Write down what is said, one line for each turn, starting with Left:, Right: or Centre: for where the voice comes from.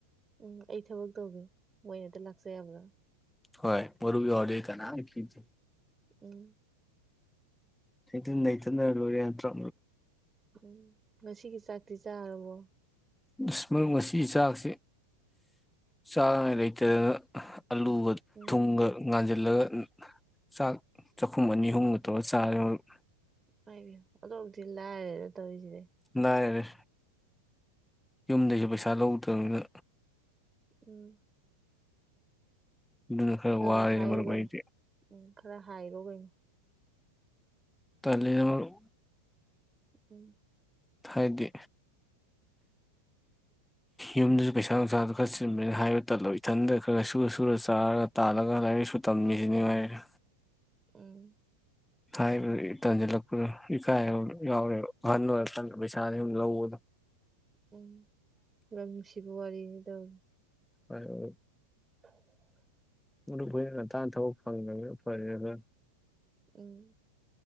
Right: ꯎꯝ ꯑꯩ ꯊꯕꯛ ꯇꯧꯒꯦ ꯃꯣꯏꯅꯇ ꯂꯥꯛꯆ ꯌꯥꯕ꯭ꯔꯥ
Centre: ꯍꯣꯏ ꯃꯔꯨꯞ ꯌꯥꯎꯔꯗꯤ ꯀꯥꯟꯝꯃꯥ ꯀꯤꯗꯦ
Right: ꯎꯝ
Centre: ꯅꯇ ꯅꯇꯅ ꯂꯣꯏꯔꯦ ꯇ꯭ꯔꯣ
Right: ꯎꯝ ꯉꯁꯤꯒꯤ ꯆꯥꯛꯇꯤ ꯆꯥꯔꯕ‌ꯣ ꯑꯣ
Centre: ꯑꯁ ꯃꯔꯨꯞ ꯉꯁꯤꯒꯤ ꯆꯥꯛꯁꯦ ꯆꯥꯅꯤꯡꯉꯥꯏ ꯂꯩꯇꯗꯅ ꯑꯂꯨꯒ
Right: ꯎꯝ
Centre: ꯊꯨꯝꯒ ꯉꯥꯟꯁꯤꯜꯂꯒꯥ ꯆꯥꯛ ꯆꯥꯛꯈꯨꯝ ꯑꯅꯤ ꯑꯍꯨꯝꯒ ꯇꯧꯔꯒ ꯆꯥꯔꯦ ꯃꯔꯨꯞ
Right: ꯏꯃꯥꯥꯏ ꯄ‌ꯦ‌ꯝꯃꯥ ꯑꫭꯟꯊꫭꯛ ꯊꯤꯅꯥ ꯂꯥꯏꯔꯦꯗ ꯇꯧꯔꯤꯁꯤꯗꯤ
Centre: ꯂꯥꯏꯔꯔꯦ ꯌꯨꯝꯗꯩꯁꯨ ꯄꯩꯁꯥ ꯂꯧꯗꯕꯅꯤꯅ
Right: ꯎꯝ
Centre: ꯑꯗꯨꯅ ꯈꯔꯥ
Right: ꯈꯔ
Centre: ꯋꯥꯔ‌ꯦꯅ‌ꯦ
Right: ꯈꯔ ꯍꯥꯏꯌꯨ
Centre: ꯃꯔꯨꯞ
Right: ꯀꯩꯅꯣ
Centre: ꯑꯩꯏꯗꯤ
Right: ꯎꯝ ꯈꯔ ꯍꯥꯏꯔꯣ ꯀꯩꯅꫭ
Centre: ꯇꯜꯂꯤꯗ ꯃꯔꯨꯞ
Right: ꯎꯝ
Centre: ꯍꯥꯏꯗꯤ ꯌꯨꯝꯗꯁꯨ ꯄꯩꯁꯥ ꯅꯨꯡꯁꯥꯗ‌ꯣ ꯈꯔ ꯆꯤꯟꯕꯅꯤꯅ ꯍꯥꯏꯕ ꯇꯟꯂꯕꯥ ꯏꯊꯟꯗ ꯈꯔ ꯁꯨꯔ ꯁꯨꯔ ꯆꯥꯔꯒ ꯇꯥꯜꯂꯒ ꯂꯥꯏꯔꯤꯛ ꯂꯥꯏꯁꯨ ꯇꯝꯃꯤꯁꯤꯅꯤꯃꯉꯥꯏꯔꯦ
Right: ꯎꯝ
Centre: ꯍꯥꯏꯕ ꯇꯥꯟꯁꯤꯜꯂꯛꯄꯗꯣ ꯏꯀꯥꯏꯕ ꯌꯥꯎꯔꯦꯕ ꯑꯍꯟ ꯑꫭꯏꯔ <unintelligible> ꯆ ꯄꯩꯁꯥꯗ ꯂ ꯂꯧꯗ <unintelligible>
Right: ꯎꯝ ꯌꯝ ꯅꯨꯡꯁꯤꯕ ꯋꯥꯔꯤꯅꯤ ꯇꯧꯔꯤꯁ‌ꯦ
Centre: ꯍ <unintelligible>
Right: <inaudible>
Centre: ꯃꯔꯨꯞ ꯍꫭꯏꯅ ꯉꯟꯇꯅꯥ ꯊꯕꯛ ꯐꯪꯉꯕꯅꯤꯅ ꯎꯄꯥꯏ ꯂꯩꯔꯥꯖꯝꯅꯤ
Right: ꯎꯝ